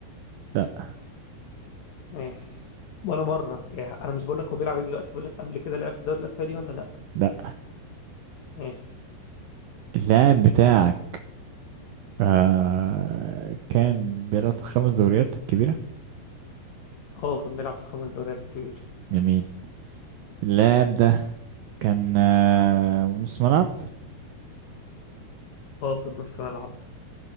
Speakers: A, on the right; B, on the left.
A: لا
B: ماشي ولا مرة يعني انا مش بقول لك هو بيلعب إيه دلوقتي بقول لك قبل كده لعب في الدوري الاسباني ولا لا
A: لا
B: ماشي
A: اللاعب بتاعك آه كان بيلعب في خمس دوريات كبيرة
B: اه كان بيلعب في الخمس دوريات الكبيرة
A: جميل اللاعب ده كان آه نص ملعب
B: اه كان نص ملعب